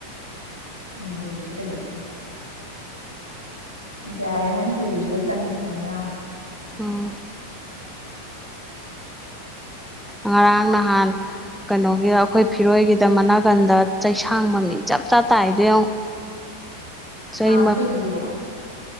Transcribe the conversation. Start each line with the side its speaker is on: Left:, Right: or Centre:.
Right: ꯎꯝ ꯎ ꯌꯨꯖꯦ ꯀꯩꯗꯧꯗꯣꯏꯅꯣ ꯌꯥꯏꯌꯦ ꯃ ꯌꯨꯁꯤꯗ ꯇꯜꯕ ꯑꯃꯥ ꯌꯥꯎꯏ
Centre: ꯑꯥ <unintelligible> <inaudible> ꯉꯔꯥꯡ ꯅꯍꯥꯟ ꯀꯩꯅꯣꯒꯤꯗ ꯑꯩꯈꯣꯏ ꯐꯤꯔꯣꯏꯒꯤꯗ ꯃꯅꯥꯀꯟꯗ ꯆꯩꯁꯥꯡ ꯃꯃꯤ ꯆꯥꯞ ꯆꯥꯅ ꯇꯥꯏꯗ ꯌꯦꯡꯉꯣ
Right: <unintelligible> <inaudible>
Centre: ꯆꯩ
Right: ꯀꯅꯥ ꯐꯨꯏꯅꯣ ꯑꯗꯨꯕꯣ